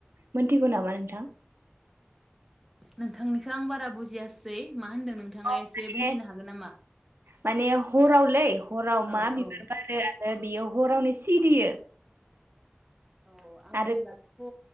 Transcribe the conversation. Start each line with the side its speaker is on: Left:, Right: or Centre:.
Right: मोनथिगौ नामा नोंथां?
Centre: नोंथांनिखौ आं बारा बुजियासै। मा होनदों नोंथाङा
Right: औ
Centre: एसे
Right: माने
Centre: बुंफैनो हागोन नामा?
Right: माने हरावलै हराव
Centre: औ
Right: मा बिबार
Centre: औ
Right: बारो? बेयो हरावनो सिरियो।
Centre: औ आं
Right: आरो
Centre: दाथ'